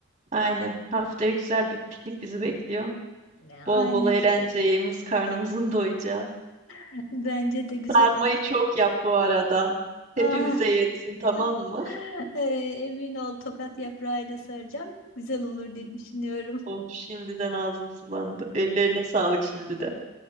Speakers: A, on the right; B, on the left.
A: Aynen. Haftaya güzel bir piknik bizi bekliyor.
B: E, Aynen.
A: Bol bol eğleneceğimiz, karnımızın doyacağı.
B: <laughs> Bence de güzel
A: Sarmayı
B: olur.
A: çok yap bu arada. Hepimize
B: Ah,
A: yetsin, tamam mı?
B: <laughs> e, emin ol tokat yaprağıyla saracağım. Güzel olur diye düşünüyorum.
A: Oh, şimdiden ağzım sulandı. Ellerine sağlık şimdi de.